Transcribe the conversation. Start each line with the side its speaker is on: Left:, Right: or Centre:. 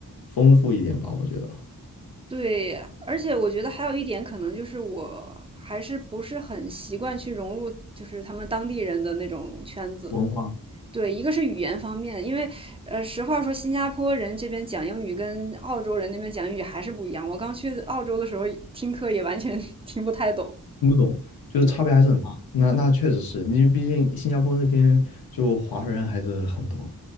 Left: 丰富一点吧，我觉得
Right: 对，而且我觉得还有一点可能就是我还是不是很习惯去融入，就是他们当地人的那种圈子。
Left: 文化
Right: 对，一个是语言方面，因为呃，实话说，新加坡人这边讲英语跟澳洲人那边讲英语还是不一样。我刚去澳洲的时候听课也完全 <laughs> 听不太懂。
Left: 听不懂，就是差别还是很大。
Right: 对，
Left: 那那确实是，你毕竟新加坡那边就华人还是很多的